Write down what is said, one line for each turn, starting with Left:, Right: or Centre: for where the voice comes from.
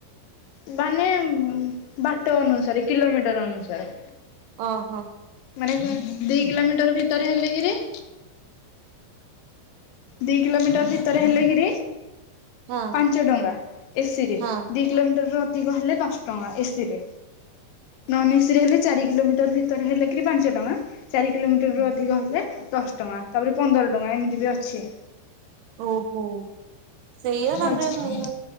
Left: ମାନେ ବାଟ ଅନୁସାରେ କିଲୋମିଟର ଅନୁସାରେ।
Right: ଓହୋ।
Left: ମାନେ ଦି କିଲୋମିଟର ଭିତରେ ହେଲେ କିରି ଦିଇ କିଲୋମିଟର ଭି ତରେ ହେଲେ କିରି
Right: ହଁ
Left: ପାଞ୍ଚ ଟଙ୍କା ଏସି ରେ
Right: ହଁ
Left: ଦି କିଲୋମିଟର ରୁ ଅ ଧିକ ହେଲେ ଦଶ ଟଙ୍କା ଏସି ରେ ନନ୍ ଏସି ହେଲେ ଚାରି କିଲୋମିଟର ଭିତରେ ହେଲେ କିରି ପାଞ୍ଚ ଟଙ୍କା ଚାରି କିଲୋମିଟରରୁୁ
Right: ହଁ।
Left: ଅଧିକ ହେଲେ ଦଶ ଟଙ୍କା ତାପରେ ପନ୍ଦର ଟଙ୍କା ଏମିତି ବି ଅଛି।
Right: ଓହୋ ସେଇଆ ତାପରେ
Left: ଆଉ
Right: ମୁଁ